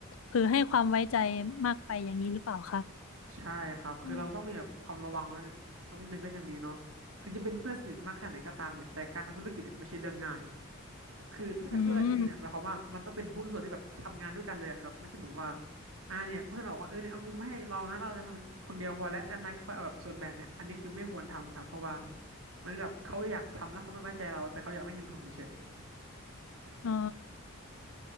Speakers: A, on the left; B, on the right.
A: เผลอให้ความไว้ใจมากไปอย่างนี้หรือเปล่าคะ
B: ใช่ครับคือเราต้องมีแบบความระวังไว้
A: อืม
B: สักนิดหนึ่งก็ยังดีเนาะถึงจะเป็นเพื่อนสนิทมากแค่ไหนก็ตามเนี่ยแต่การทำธุรกิจเนี่ยไม่ใช่เรื่องง่าย คือถ้าจะช่วยกันจริงเนี่ยหมายความว่ามันต้องเป็นหุ้นส่วนที่แบบทำงานด้วยกันเลยอะครับไม่ใช่แบบว่า
A: อืม
B: อ่าเนี่ยเพื่อนบอกว่าเออเนี่ยเอาเงินมาให้เรานะเราจะทำคนเดียวพอแล้วด้านในก็ค่อยเอาแบบส่วนแบ่งเนี่ยอันนี้คือไม่ควรทำครับเพราะว่าเหมือนกับเขาอยากทำแล้วเขาไม่ไว้ใจเราแต่เขาอยากได้เงินทุนเฉย
A: อ๋อ